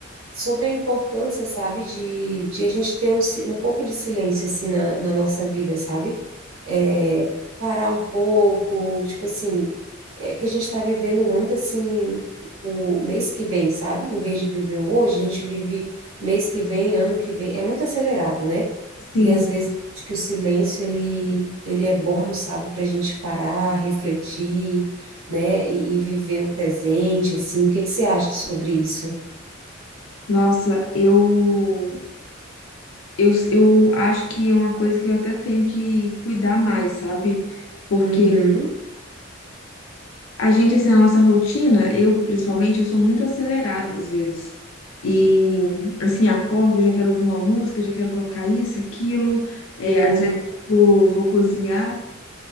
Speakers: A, on the right (about 90°); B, on the left (about 70°).
A: sobre a importância, sabe, de, de a gente ter um, si- um pouco de silêncio, assim, na, na nossa vida, sabe? É, parar um pouco, tipo assim, é que a gente está vivendo muito, assim, o mês que vem, sabe? Em vez de viver o hoje, a gente vive mês que vem, ano que vem, é muito acelerado, né?
B: sim.
A: E às vezes acho que o silêncio, ele, ele é bom, sabe, para a gente parar, refletir, né, e, e viver o presente, assim, o que que você acha sobre isso?
B: Nossa, eu, eu, eu acho que é uma coisa que eu até tenho que cuidar mais, sabe? Porque
A: Uhum.
B: A gente, assim, na nossa rotina, eu principalmente, eu sou muito acelerada às vezes. E, assim, acordo, já quero ouvir uma música, já quero colocar isso, aquilo. É,
A: Uhum.
B: às vezes, tipo, vou cozinhar